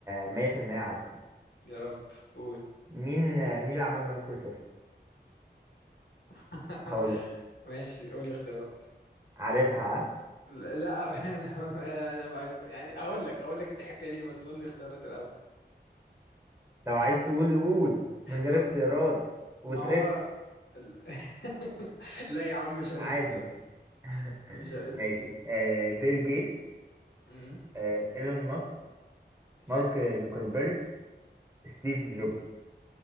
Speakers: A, on the right; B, on the left.
A: مية في المية عارفه
B: يا رب قول
A: مين آه، مين اللي عمل مايكروسوفت؟
B: <laughs>
A: هقولك
B: ماشي قول اختيارات
A: عارفها ها؟
B: لا <laughs> انا انا أنا- يعني اقول لك اقول لك ضحكت ليه بس قول لي اختيارات الاول
A: لو عايز تقول قول من غير
B: ب...
A: اختيارات وتريسك
B: ما هو ال- <laughs> لا يا عم مش هريسك
A: عادي
B: لا
A: <laughs>
B: مش هريسك
A: ماشي آه بيل جيتس
B: مم.
A: آه ايلون ماسك
B: ماشي
A: مارك زوكربيرج ستيف جوبز